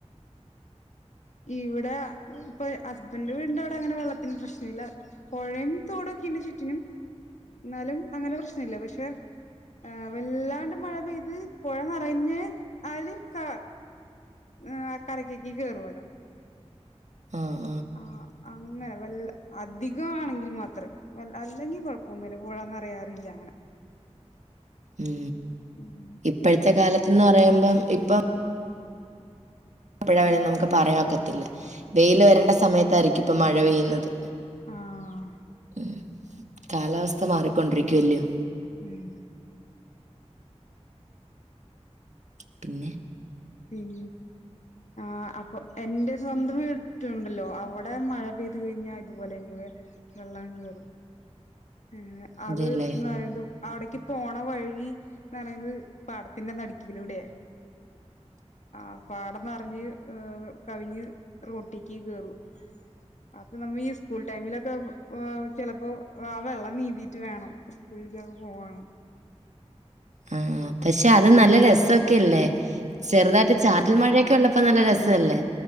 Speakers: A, on the left (about 85°); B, on the right (about 85°).
A: ഇവിടെ ഇപ്പൊ ഹസ്ബന്റെ വീടിന്റെ അവിടെ അങ്ങനെ വെള്ളത്തിന് പ്രശ്ന ഇല്ല പുഴയും തോടും ക്കിണ്ട് ചുറ്റിനും എന്നാലും അങ്ങനെ പ്രശ്നല്ല പക്ഷെ ആ വല്ലാണ്ട് മഴ പെയ്ത് പുഴ നിറഞ്ഞ് ആല് ക ആ കരക്കേക്കി കേറുവല്ലോ
B: ആഹ്
A: ആ അങ്ങനെ വല്ല അധികം ആണെങ്കിൽ മാത്രം അല്ലെങ്കിൽ കൊഴപ്പൊന്നുല്ല പുഴ നെറയാറില്ല അങ്ങനെ
B: ഉം
A: ഉം
B: ഇപ്പഴത്തെ കാലത്ത്ന്ന് പറയുമ്പം ഇപ്പം പ്പഴാ വരുന്നെന്ന് നമുക്ക് പറയാ ഒക്കത്തില്ല വെയില്
A: ആഹ്
B: വരണ്ട സമയത്തായിരിക്കും ഇപ്പ മഴ പെയ്യുന്നത്
A: ആഹ്
B: ഉം. കാലാവസ്ഥ മാറിക്കൊണ്ടിരിക്കുവല്ലയോ
A: ഉം
B: പിന്നെ
A: ഉം ആ അപ്പൊ എന്റെ സ്വന്തം വീട്ടിണ്ടല്ലോ അവിടെ മഴ പെയ്തു കഴിഞ്ഞാ ഇതുപോലെന്നാ വെള്ളം കേറും ഉം അത്
B: അതല്ലേ.
A: <unintelligible> അവിടേക്ക് പോണ വഴി എന്ന് പറയുന്നത് പാടത്തിന്റെ നടുക്കീലൂടെയാ ആഹ് പാടം നെർഞ്ഞ് അ് കവിഞ്ഞ് റൊട്ടിക്ക് കേറും. അപ്പൊ നമ്മ ഈ സ്കൂൾ ടൈമിലൊക്കെ അ് ചെലപ്പോ ആഹ് വെള്ളം നീന്തീട്ട് വേണം സ്കൂളിക്കൊക്കെ പോവണം
B: ആ പക്ഷെ അത് നല്ല രസൊക്കെല്ലേ ചെറുതായിട്ട് ചാറ്റൽ മഴയൊക്കെ ഉള്ളപ്പോ നല്ല രസ രസല്ലേ?